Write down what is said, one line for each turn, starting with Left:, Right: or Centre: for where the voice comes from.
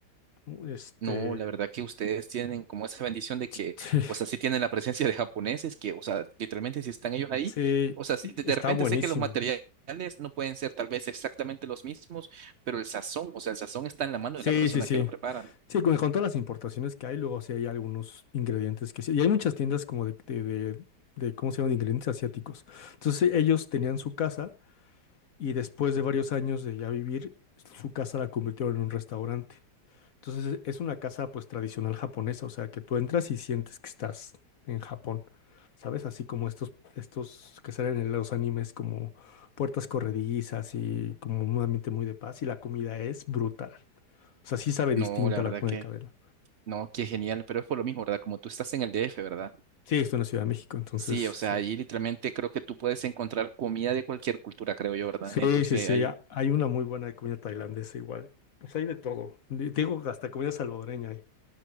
Left: ¿no? Este,
Right: No, la verdad que ustedes tienen como esa bendición de que,
Left: <laughs> sí,
Right: o sea, sí tienen la presencia de japoneses que, o sea, literalmente si están ellos ahí,
Left: sí,
Right: o sea, sí,
Left: y
Right: de de
Left: está
Right: repente
Left: buenísimo.
Right: sé que los materiales no pueden ser tal vez exactamente los mismos, pero el sazón, o sea, el sazón está en la mano
Left: Sí,
Right: de la persona
Left: sí, sí.
Right: que lo prepara.
Left: Sí, con, con todas las importaciones que hay, luego sí hay algunos ingredientes que sí. Y hay muchas tiendas como de, de, de- de, ¿cómo se llaman? De ingredientes asiáticos. Entonces e, ellos tenían su casa y después de varios años de ya vivir, su casa la convirtieron en un restaurante. Entonces es una casa pues tradicional japonesa, o sea que tú entras y sientes que estás en Japón. ¿Sabes? Así como estos, estos que salen en los animes como puertas corredizas y como un ambiente muy de paz y la comida es brutal. O sea, sí sabe distinta
Right: No, la verdad
Left: la comida
Right: que,
Left: de cadena.
Right: no, qué genial, pero es por lo mismo, ¿verdad? Como tú estás en el DF, ¿verdad?
Left: Sí, estoy en la Ciudad de México, entonces
Right: Sí,
Left: sí.
Right: o sea, allí literalmente creo que tú puedes encontrar comida de cualquier cultura, creo yo, ¿verdad?
Left: Sí,
Right: entonces
Left: sí, sí,
Right: ahí.
Left: ha- hay una muy buena de comida tailandesa igual. Pues hay de todo. Di- Digo, hasta comida salvadoreña hay.